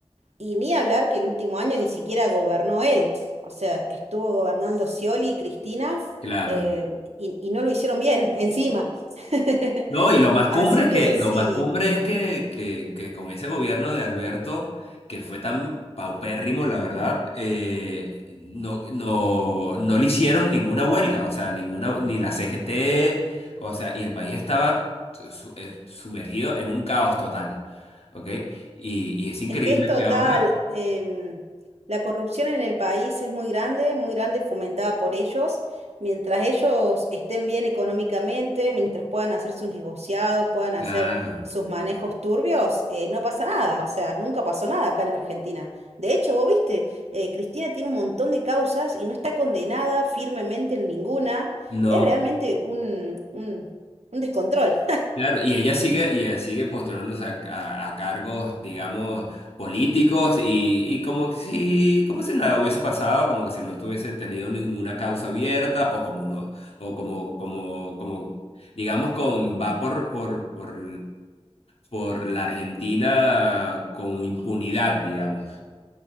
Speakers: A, on the right; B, on the left.
A: Y ni hablar que el último año ni siquiera gobernó él. O sea, estuvo gobernando Scioli y Cristina,
B: Claro.
A: eh, y, y no lo hicieron bien <laughs> encima. <laughs>
B: No, y lo más cumbre
A: Así
B: es
A: que
B: que, lo
A: sí.
B: más cumbre es que, que, que con ese gobierno de Alberto, que fue tan paupérrimo, la verdad, eh, no, no, no le hicieron ninguna huelga, o sea, ninguna, ni la CGT, o sea, y el país estaba su- eh, sumergido en un caos total, ¿ok? Y, y es increíble
A: Es que es total,
B: que ahora,
A: em, la corrupción en el país es muy grande, muy grande, fomentada por ellos. Mientras ellos estén bien económicamente, mientras puedan hacer sus negociados, puedan hacer
B: claro,
A: sus manejos turbios, eh, no pasa nada. O sea, nunca pasó nada acá en Argentina. De hecho, vos viste, eh, Cristina tiene un montón de causas y no está condenada firmemente en ninguna.
B: no.
A: Es realmente un, un un descontrol.
B: Claro, y ella sigue, y ella sigue postulándose a, a- a cargos, digamos, políticos, y, y como que si, como si nada hubiese pasado, como que si no tuviese tenido ninguna causa abierta, o como no, o como, como, como, digamos, con va por, por, por, por la Argentina con impunidad, digamos.